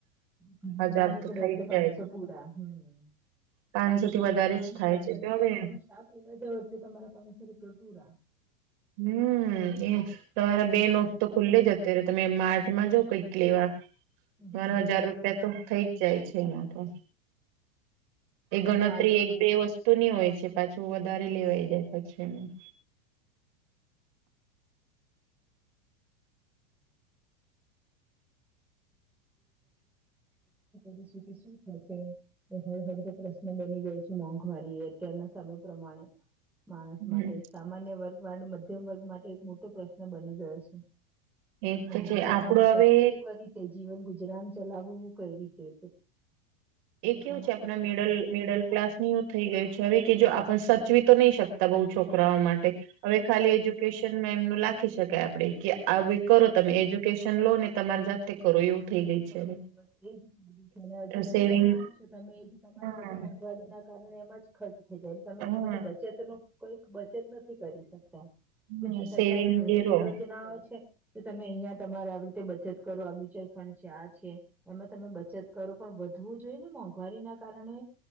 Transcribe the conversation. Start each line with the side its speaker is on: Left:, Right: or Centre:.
Centre: ઘણી બહાર
Right: હજાર
Centre: નીકળે
Right: તો થઈ
Centre: એટલે
Right: જ
Centre: પાંચસો
Right: જાય
Centre: પૂરા હમ
Right: પાંચસો થી વધારે
Centre: માન
Right: જ થાય
Centre: શાકભાજી
Right: છે જો હવે
Centre: લેવા તમે શાક લેવા જાવ એટલે તમારા પાંચસો રૂપિયા પૂરા
Right: હમ એ તમારા બે નોટ તો ખુલ્લે જ. અત્યારે તમે માર્ માં જો
Centre: હમ.
Right: કઈક લેવા
Centre: હમ
Right: મારા હજાર રૂપિયા તો થઈ જ જાય છે એમાં તો એ ગણતરી
Centre: તો માર્ગ હમ.
Right: એક બે વસ્તુ તો ન હોય છે પાછું વધારે લેવાઈ જાય. પછી
Centre: પરિસ્થિતિ શું થશે હળ હળ તો પ્રશ્ન બની ગયો છે મોંઘવારી અત્યારના સમય પ્રમાણે માણસ
Right: હમ
Centre: માટે સામાન્ય વર્ગ વાડ મધ્યમ વર્ગ માટે એક મોટો પ્રશ્ન બની ગયો છે.
Right: એ
Centre: મોંઘવારી
Right: તો છે આપડો
Centre: સામે ટકવું
Right: હવે
Centre: કરી તે જીવન ગુ ગુજરામ ચલાવવું કઈ રીતે
Right: એ
Centre: પોતાના
Right: કેવું છે આપણા મિડલ મિડલ ક્લાસ ની થઈ ગયું છે હવે. કે જો આપ સચવી તો નહીં શક છોકરાઓ માટે હવે ખાલી એજ્યુકેશન એ લખી શકાય આપડી. કે આવી કરો તમે એ જો કેશન લો ને તમારી જાતે કરો એવું થઈ ગઈ
Centre: બરોબર
Right: છે હવે
Centre: એ જીધું એને હજી
Right: એ
Centre: શું
Right: સેવિંગ
Centre: કમાવ છો તમે એ જે તમારી
Right: હા
Centre: બધી મોંઘવારી ના કારણે એમ જ ખર્ચ જયારે તમે
Right: હા
Centre: એની માટે બચત નું કોઈક બચત નથી કરી શકતી.
Right: હા
Centre: ગુજત સરકાર
Right: સેવિંગ
Centre: ની ઘણી
Right: ઝીરો
Centre: જ યોજનાઓ છે. તમે અહિયાં તમારે આવી રીતે બચત કરવા આવી છે ફંડ છે એમાં તમે બચત કરો પણ વધવું જોઈએ ને મોંઘવારી ના કારણે